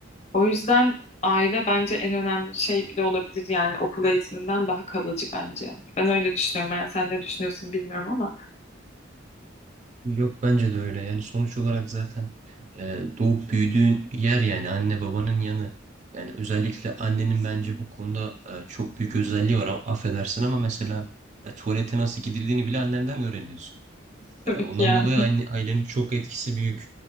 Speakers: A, on the left; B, on the right.
A: O yüzden aile bence en önemli şey bile olabilir yani okul eğitiminden daha kalıcı bence. Ben öyle düşünüyorum. Yani sen ne düşünüyorsun bilmiyorum ama
B: Yok bence de öyle yani sonuç olarak zaten e, doğup büyüdüğün yer yani anne babanın yanı. Yani özellikle annenin bence bu konuda e, çok büyük özelliği var affedersin ama mesela e, tuvalete nasıl gidildiğini bile annenden öğreniyorsun.
A: <laughs> tabii
B: E, Ondan
A: ki yani.
B: dolayı aile- ailenin çok etkisi büyük.